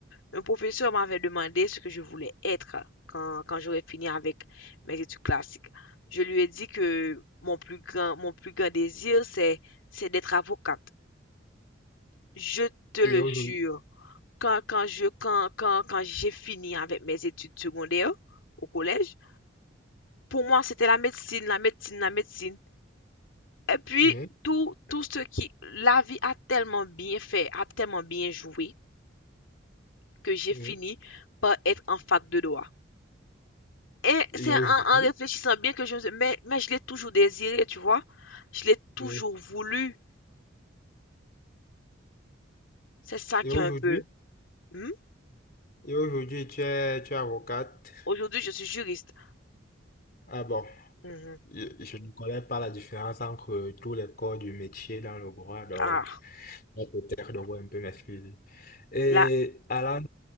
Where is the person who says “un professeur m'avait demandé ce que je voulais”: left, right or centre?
Left